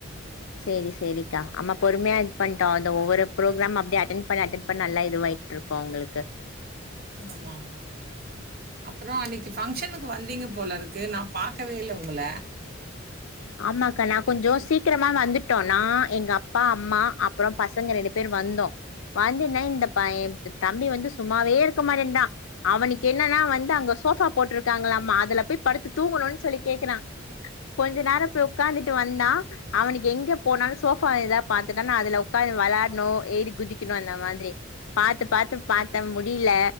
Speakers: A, on the left; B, on the right.
A: சேரி சேரிக்கா ஆமா பொறுமையா இது பண்ட்டோ அந்த ஒவ்வொரு ப்ரோகிராம் அப்டியே அட்டன் பண்ண அட்டன் பண்ண நல்லா இதுவாயிட்ருக்கூ அவுங்களுக்கு
B: ஆமாமா அப்புறஅன்னைக்கு ஃபங்க்ஷனுக்கு வந்தீங்க போல இருக்கு நா பாக்கவே இல்ல உங்கள
A: ஆமாக்கா நா கொஞ்சோ சீக்கிரமா வந்துட்டோ நா எங்கப்பா அம்மா அப்றோ பசங்க ரெண்டு பேர் வந்தோ வந்துன்னா இந்த ப எந்தம்பி வந்து சும்மாவே இருக்க மாட்டேன்றா அவனுக்கு என்னன்னா வந்து அங்க சோஃபா போட்டுருக்காங்கலாமா அதுல போய் படுத்து தூங்கணூன் சொல்லி கேக்குறா கொஞ்ச நேரோ போய் உக்காந்துட்டு வந்தா அவனுக்கு எங்க போனாலு சோபாதா பாத்துட்டானா அதுல உகாந்து வளாட்ணு ஏறி குதிக்கணு அந்த மாரி பாத்து பாத்து பாத்த முடியல